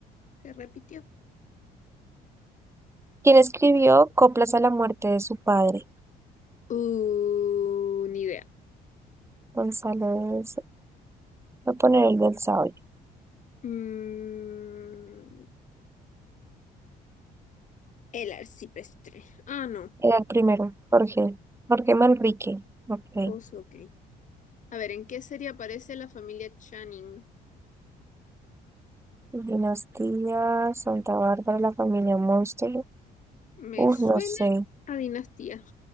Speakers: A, on the left; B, on the right.
A: Se repitió.
B: ¿Quién escribió Coplas a la muerte de su padre?
A: Uh, ni idea.
B: Gonzalo. de- Voy a poner el del sabio.
A: Mm, el arcipreste. Ah, no.
B: Era el primero. Jorge. Jorge Manrique. Ok.
A: Oso, ok. A ver, ¿en qué serie aparece la familia Channing?
B: Dinastía Santa Bárbara, la familia Monster.
A: Me
B: Uh,
A: suena
B: no sé.
A: a dinastía.